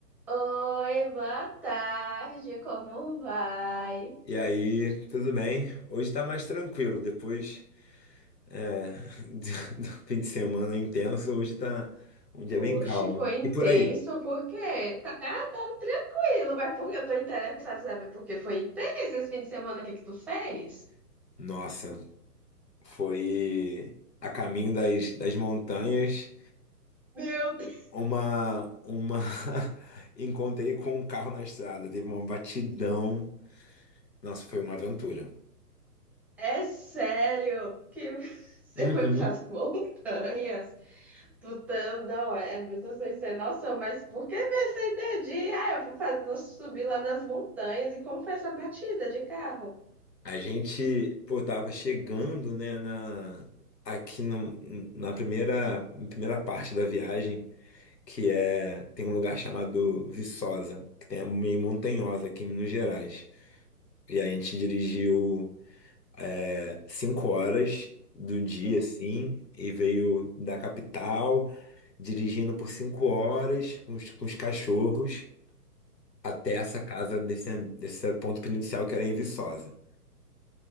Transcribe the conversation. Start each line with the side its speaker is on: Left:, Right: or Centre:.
Centre: Oi, boa tarde, como vai?
Left: E aí, tudo bem? Hoje tá mais tranquilo, depois é, <laughs> do, do fim de semana intenso, hoje tá um dia
Centre: Oxe,
Left: bem calmo.
Centre: foi intenso,
Left: E por aí?
Centre: por quê? Tá, tá tranquilo, mas porque eu tô interessada em saber por que foi intenso esse fim de semana, o que que tu fez?
Left: Nossa, foi a caminho das, das montanhas,
Centre: Meu Deus,
Left: uma, uma... <laughs> Encontrei com um carro na estrada, teve uma batidão. Nossa, foi uma aventura.
Centre: é sério que <laughs> você
Left: Uhum.
Centre: foi pras montanhas? Tu tá- não, é, é muito sem ser noção, mas por que essa ideia de, ah, eu vou fazer, vou subir lá nas montanhas e como foi essa batida de carro?
Left: A gente, pô, tava chegando, né, na... Aqui no- na primeira, primeira parte da viagem, que é tem um lugar chamado Viçosa, que tem é meio montanhosa aqui em Minas Gerais. E aí a gente dirigiu é, cinco horas do dia,
Centre: Não.
Left: assim, e veio da capital, dirigindo por cinco horas com os, com os cachorros até essa casa desse, desse ponto inicial que era em Viçosa.